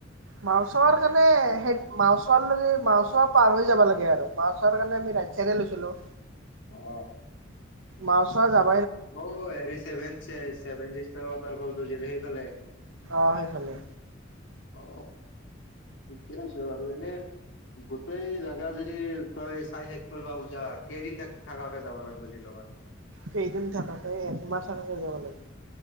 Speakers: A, on the right (about 85°); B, on the left (about 70°).
A: মাউচ্চৰ কাৰণে সেই মাইছৰ লেগী মাউছ পাৰ হৈ যাব লাগে মাউচ্চৰ কাৰণে আমি ৰাইট চাইছে লইছিলো
B: অ
A: মাউচ্চৰ যাম
B: অ হেৰি চেভেনচে চেভেন জি ৱাটাৰ ফলটো যে সেইফালে
A: অ সেইফালে
B: অ ঠিকে আছে বাৰু এনে গোটেই জেগা যদি তই চাই শেষ কৰিব খোজা কেইদিন থাকাকে যাব লাগিব! শ্বিলঙত
A: কেইদিন থাকাকে, একমাহ থাকাকে যাব লাগিব।